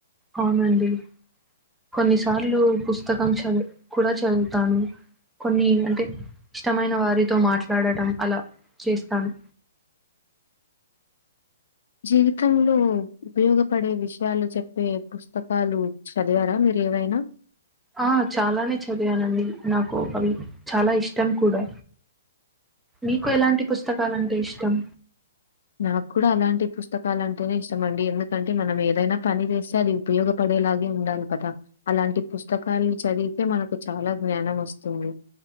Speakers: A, in the centre; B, on the left.
A: అవునండి కొన్నిసార్లు పుస్తకం చదువ్ కూడా చదువుతాను కొన్ని అంటే ఇష్టమైన వారితో మాట్లాడటం అలా చేస్తాను
B: జీవితంలో ఉపయోగపడే విషయాలు చెప్పే పుస్తకాలు చదివారా మీరు ఏవైనా
A: ఆ చాలానే చదివానండి నాకు అవి చాలా ఇష్టం కూడా నీకు ఎలాంటి పుస్తకాలంటే ఇష్టం
B: నాకు కూడా అలాంటి పుస్తకాలు అంటేనే ఇష్టం అండి ఎందుకంటే మనం ఏదైనా పని వేస్తే అది ఉపయోగపడ ఇలాగే ఉండాలి కదా అలాంటి పుస్తకాలని చదివితే మనకు చాలా జ్ఞానం వస్తుంది